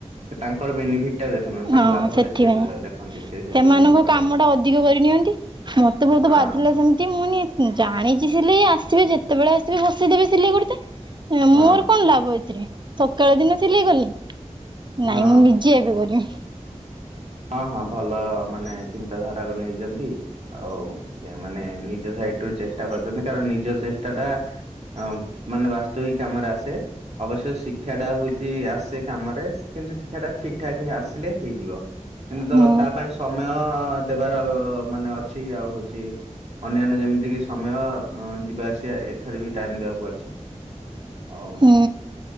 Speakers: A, on the right; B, on the right.
A: ତାଙ୍କର ବେନିଫିଟ ଦେଖନ୍ତି ତାଙ୍କ
B: ହଁ
A: ଲାଭରେ
B: ସେଥିପାଇଁ।
A: ସେ ଦେଖନ୍ତି ସେ ସେଥିପାଇଁ
B: ସେମାନଙ୍କ
A: ଏମିତି କରନ୍ତି।
B: କାମ ଟା ଅଧିକ କରିନିଅନ୍ତି। ମତେ ବହୁତ
A: ହଁ
B: ବାଧିଲା ସେମିତି ମୁଁ ନି ଜାଣିଛି ସିଲେଇ ଆସିବେ ଯେତେବେଳେ ଆସିବେ ବସେଇଦେବେ ସିଲେଇ କରିତେ
A: ହଁ
B: ମୋର କଣ ଲାଭ ଅଛି। ସକାଳ ଦିନେ ସିଲେଇ କଲି
A: ହଁ
B: ନାଇଁ ମୁଁ ନିଜେ ଏବେ କରିବି
A: ହଁ ହଁ ଭଲ ମାନେ ଚିନ୍ତାଧାରା କୁ ନେଇଚନ୍ତି। ଆଉ ଏମାନେ ନିଜ ସାଇଡ ରୁ ଚେଷ୍ଟା କରିଚନ୍ତି କାରଣ ନିଜ ଚେଷ୍ଟାଟା ଅ ମାନେ ବାସ୍ତବିକ କାମର ଆସେ। ଅବଶ୍ୟ ଶିକ୍ଷା ଟା ହଉଛି ଆସେ କାମରେ କିନ୍ତୁ ଶିକ୍ଷା ଟା ଠିକ୍ ଠାକ୍ ଆସିଲେ ହେଇଯିବ। କିନ୍ତୁ ତ
B: ହୁଁ
A: ତା ପାଇଁ ସମୟ ଦେବାର ମାନେ ଅଛି ଆଉ ହଉଚି ଅନ୍ୟାନ୍ୟ ଯେମିତିକ ସମୟ ଯିବା ଆସିବା ଏଥର ବି ଟାଇମ୍ ଦେବାକୁ ଅଛି। ହଉ
B: ହୁଁ।